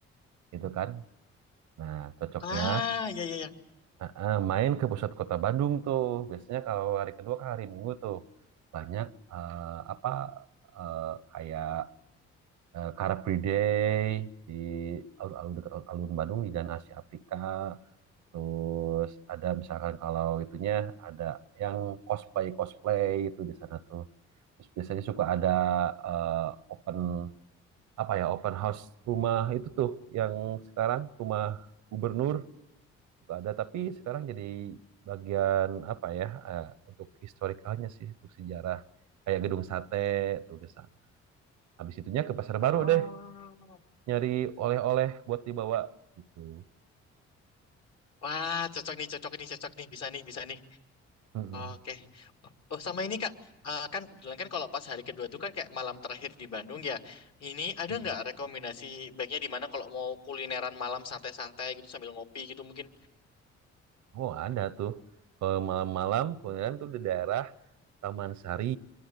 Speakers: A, on the right; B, on the left.
A: gitu kan? Nah cocoknya
B: Ah, ya ya ya.
A: Ah, ah, main ke pusat kota Bandung tuh. Biasanya kalau hari kedua ke hari Minggu tuh banyak eh, apa eh, kayak eh, Car Free Day di alun-alun dekat alun Bandung di Jalan Asia Afrika. Terus ada misalkan kalau itunya ada yang cosplay cosplay itu di sana tuh. Terus biasanya suka ada eh, open apa ya open house rumah itu tuh yang sekarang rumah gubernur suka ada tapi sekarang jadi bagian apa ya eh, untuk historikalnya sih untuk sejarah kayak gedung sate tuh ke sana habis itunya ke pasar baru
B: Ah.
A: deh nyari oleh-oleh buat dibawa gitu
B: Wah, cocok nih, cocok nih, cocok nih, bisa nih, bisa nih.
A: Mm-mm.
B: Oke. Oh, sama ini Kak, Eh, kan kebetulan kan kalau pas hari kedua tuh kan kayak malam terakhir di Bandung ya. Ini ada
A: Mm-mm.
B: nggak rekomendasi baiknya di mana kalau mau kulineran malam santai-santai gitu sambil ngopi gitu mungkin?
A: oh ada tuh kalau malam-malam kemudian tuh di daerah Taman Sari